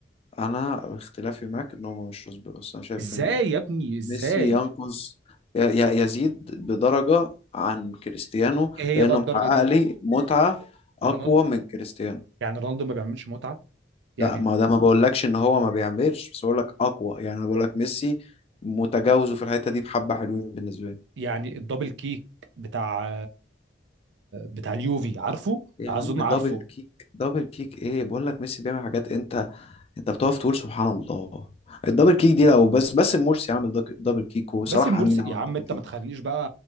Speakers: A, on the left (about 35°); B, on the right (about 70°).
A: انا اختلافي معاك ان هما مش رسبي بس انا شايف
B: ازاي
A: ان
B: يا ابني ازاي
A: ميسي ينقص ي- ي- يزيد بدرجة عن كريستيانو
B: ايه هي
A: لانه
B: بقى الدرجة
A: محقق
B: دي
A: لي متعة
B: ما
A: اقوى
B: رونالدو
A: من كريستيانو
B: يعني رونالدو ما بيعملش متعة يعني
A: لا ما ده ما بقولكش ان هو ما بيعملش بس بقولك اقوى يعني انا بقولك ميسي متجاوزه في الحتة دي بحبة حلوين بالنسبة لي
B: يعني الدبل كيك بتاع بتاع اليوفي عارفه
A: يا
B: اظن
A: عم
B: عارفه
A: دبل كيك دبل كيك ايه بقولك ميسي بيعمل حاجات انت انت بتقف تقول سبحان الله الدبل كيك دي لو بس باسم مرسي عامل دك- دبل كيك وصلاح
B: باسم مرسي
A: امين عمل
B: يا عم
A: دبل
B: انت
A: كيك
B: ما تخلينيش بقى